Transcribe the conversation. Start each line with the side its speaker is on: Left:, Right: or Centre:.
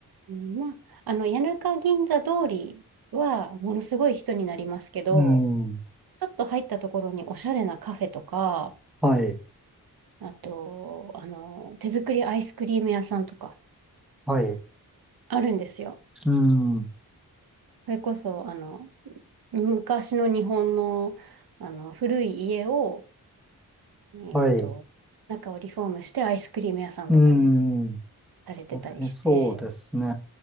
Right: うんまあ、あの、谷中銀座通りはものすごい人になりますけど、
Centre: うん。
Right: ちょっと入ったところにおしゃれなカフェとか、
Centre: はい。
Right: あと、あの、手作りアイスクリーム屋さんとか
Centre: はい。
Right: あるんですよ。
Centre: うん。
Right: それこそ、あの、昔の日本の、あの、古い家を、えっと、
Centre: はい。
Right: 中をリフォームしてアイスクリーム屋さんとかに
Centre: うん。
Right: されてたりして。
Centre: はいそうですね。